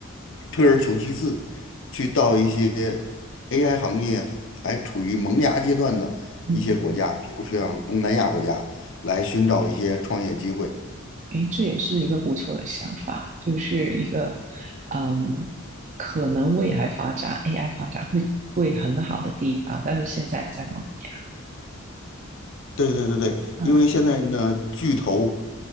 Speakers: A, on the left; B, on the right.
A: 退而求其次，去到一些 AI 行业还处于萌芽阶段的一些国家，
B: 嗯，
A: 比如说像东南亚国家，来寻找一些创业机会。
B: 诶，这也是一个不错的想法，就是一个嗯，可能未来发展 AI 发展会会很好的地方，但是现在在萌芽。
A: 对对对对，
B: 嗯
A: 因为现在呢，巨头